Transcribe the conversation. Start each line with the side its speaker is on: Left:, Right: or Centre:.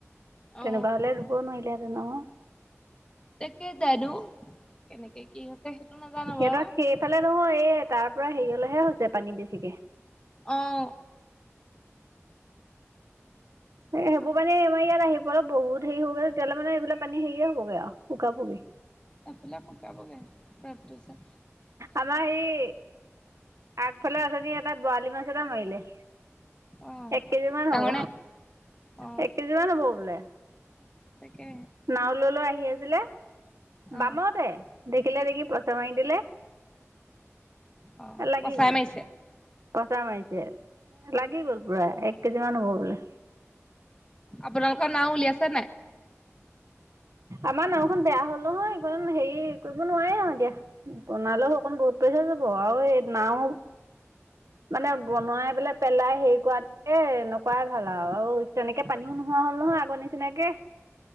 Left: অ
Right: তেনেকুৱা হ'লে ৰুব নোৱাৰিলেহেঁতেন নহয়।
Left: তাকে জানো কেনেকে কি সেইটো নাজানো
Right: সিহঁতৰ
Left: বাৰু
Right: সেইফালে নহয় এই তাৰ পৰা হেৰিলেহে হৈছে পানী বেছিকে।
Left: অ'।
Right: সেইবোৰ পানী আমাৰ ইয়াত আহিবলৈ বহুত হেৰি হ'ব গৈ তেতিয়ালে মানে এইবিলাক পানী হেৰিয়ে হ'ব গে আৰু শুকাব গে।
Left: এইফালে শুকাব গে ৰ'দ দিছে।
Right: আমাৰ সেই আগফালে আজনী এটা বৰালি মাছ এটা মাৰলে।
Left: অ
Right: এক কেজি মান
Left: ডাঙৰ
Right: হ'ব
Left: নে অ
Right: এক কেজি মান হ'ব বোলে
Left: তাকে
Right: নাওলৈ লৈ আহি আছিলে
Left: অ
Right: বামতে দেখিলে দেখি পইচা মাৰি দিলে
Left: অ
Right: লাগি
Left: কচাই
Right: গল
Left: মাৰিছে
Right: পচা মাৰিছে লাগি গ'ল পুৰা এক কেজি মান হ'ব বোলে
Left: আপোনালোকৰ না উলিয়াইছো নাই
Right: আমাৰ নাওখন বেয়া হ'ল নহয় এইণ হেৰি কৰিব নোৱাৰাৰে আৰু এতিয়া বনালেও অকণ বহুত পইচা যাব আৰু এই নাও মানে বনোৱাই পেলাই পেলাই হেৰি কৰাতকে নকৰাই ভাল আৰু, আৰু তেনেকে পানীও নোহোৱা হ'ল নহয় আগৰ নিচিনাকে।